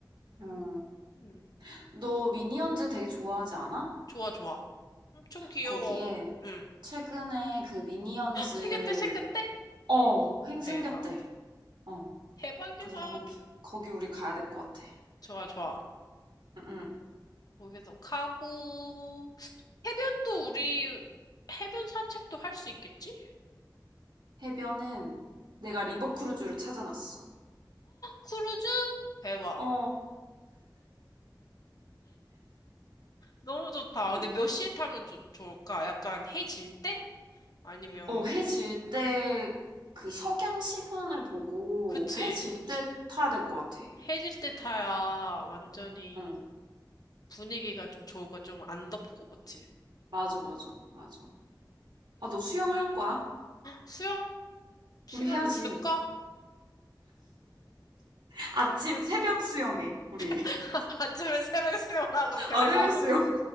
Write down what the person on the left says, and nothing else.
음,
음.
좋아, 좋아. 엄청 귀여워.
음.
헉, <gasps> 생겼대, 생겼대?
대박.
대박이다.
좋아, 좋아.
거기서 가고, 해변도 우리 해변 산책도 할 수 있겠지?
크루즈? 대박.
너무 좋다. 근데
몇 시에 타면 좋, 좋을까? 약간 해질 때? 아니면,
그치.
해질 때 타야 완전히
분위기가 좀 좋을까? 좀 안 덥고, 그치?
수영? 시간
있을까?
<laughs>
아침에 새벽 수영하고, 그리고,